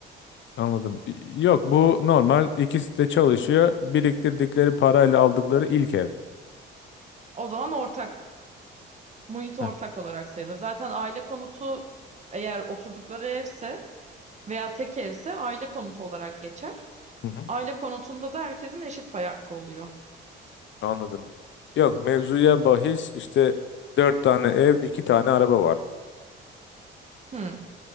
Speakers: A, on the left; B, on the right.
A: anladım. Y- Yok, bu normal. İkisi de çalışıyor. Biriktirdikleri parayla aldıkları ilk ev.
B: O zaman ortak, muhit ortak
A: Heh,
B: olarak sayılır. Zaten aile konutu eğer oturdukları evse veya tek evse aile konutu olarak geçer.
A: hı hı,
B: Aile konutunda da herkesin eşit pay hakkı oluyor.
A: anladım. Yok, mevzuya bahis işte dört tane ev, iki tane araba var.
B: Hmm.